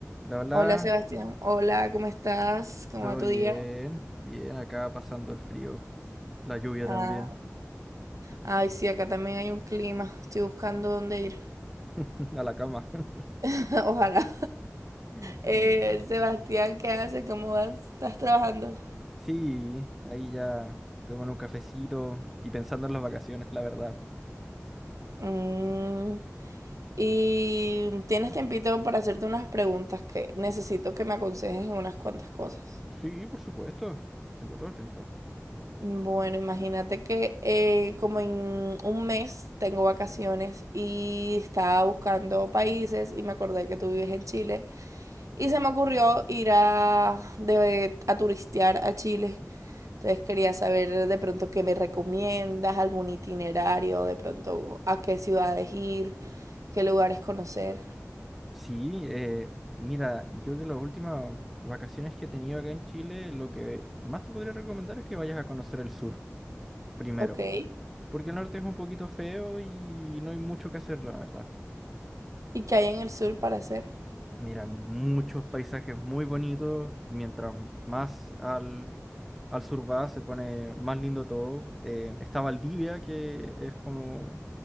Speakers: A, in the centre; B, on the right.
A: La hola,
B: Hola Sebastián, hola, ¿cómo estás? ¿Cómo
A: todo
B: va tu
A: bien,
B: día?
A: bien, acá pasando el frío, la lluvia
B: Ah,
A: también,
B: ay, sí, acá también hay un clima. Estoy buscando dónde ir.
A: <laughs> a la cama. <laughs>
B: <laughs> Ojalá.
A: Ujú.
B: Eh, Sebastián, ¿qué haces? ¿Cómo vas? ¿Estás trabajando?
A: Sí, ahí ya tengo un cafecito y pensando en las vacaciones, la verdad.
B: Mm, y tienes tiempito para hacerte unas preguntas que necesito que me aconsejes en unas cuantas cosas.
A: Sí, por supuesto, tengo todo el tiempo.
B: Bueno, imagínate que eh, como en un mes tengo vacaciones y estaba buscando países y me acordé que tú vives en Chile Y se me ocurrió ir a, de- a turistear a Chile. Entonces quería saber de pronto qué me recomiendas, algún itinerario, de pronto a qué ciudades ir, qué lugares conocer.
A: Sí, eh, mira, yo de las últimas vacaciones que he tenido acá en Chile, lo que más te podría recomendar es que vayas a conocer el sur primero,
B: Ok.
A: porque el norte es un poquito feo y no hay mucho que hacer, la verdad.
B: ¿Y qué hay en el sur para hacer?
A: Mira, muchos paisajes muy bonitos. y Mientras más al, al sur va, se pone más lindo todo. Eh, está Valdivia, que es como